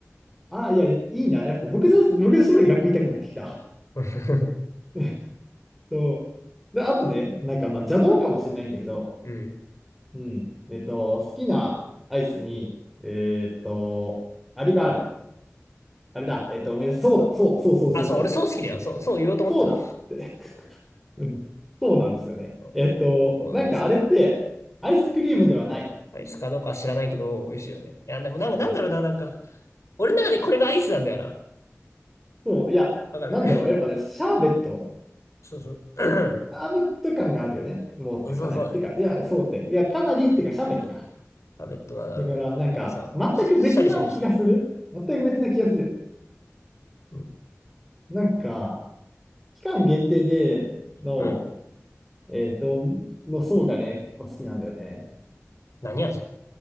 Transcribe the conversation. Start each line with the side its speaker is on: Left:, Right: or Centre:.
Centre: あ、いや、いいな。やっぱ、牧場、牧場絞りが食いたくなってきた。
Left: <laughs>
Centre: <laughs> そう。で、あとね、なんか、まあ、邪道かもしれないんだけど、
Left: うん。
Centre: うん。えっと、好きなアイスに、えーっと、あれがある。あれだ。えっと、思い出す。そうだ。そうそうそうそうそうそう。
Left: あ、そう、俺そう好きだよ。そう、そう言おうと思ってた。
Centre: そうだって。<laughs> うん。そうなんですよね。
Left: そう
Centre: えっと、
Left: そうなんですよ。
Centre: なんかあれって、アイスクリームではない。
Left: アイスかどうかは知らないけど、美味しいよね。いや、でもなんか、
Centre: うん。
Left: なんだろうな、なんか、俺の中でこれがアイスなんだよな。
Centre: そう、いや、
Left: わかる
Centre: なんだろう。
Left: <laughs>
Centre: やっぱね、シャーベット。
Left: そうそう。<clears throat>
Centre: シャーベット感があるよね。もうってかなり。
Left: そうそう。
Centre: てか、いや、そうって。いや、かなりってか、シャーベットか。
Left: タブレットなんだろうけど。
Centre: だから、なんか、
Left: なんかそう、
Centre: 全く別な気がする。
Left: シャリシャリしてる。
Centre: 全く別な気がする。
Left: うん。
Centre: なんか、期間限定での、
Left: うん。
Centre: えっと、の層がね、結構好きなんだよね。
Left: 何味